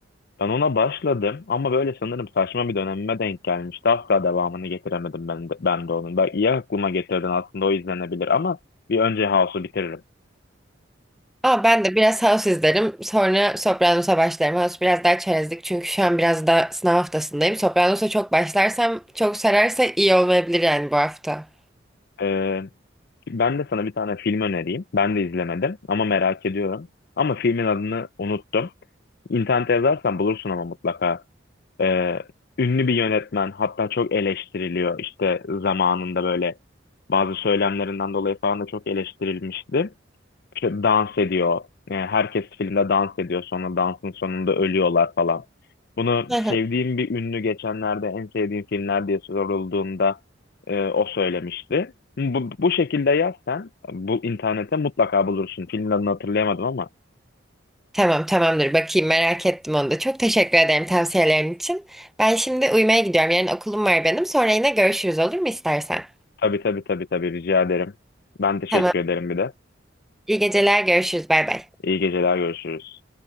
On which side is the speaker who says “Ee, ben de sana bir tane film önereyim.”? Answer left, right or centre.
Left